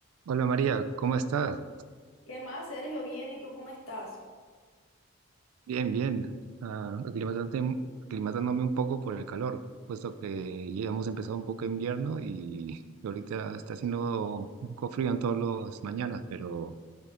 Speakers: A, on the right; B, on the left.
A: Hola María, ¿cómo estás?
B: ¿Qué más, Sergio? Bien, ¿y tú cómo estás?
A: Bien, bien. Ah, aclimatante- aclimatándome un poco por el calor, puesto que ya hemos empezado un poco invierno y ahorita está haciendo un poco frío en todas las mañanas, pero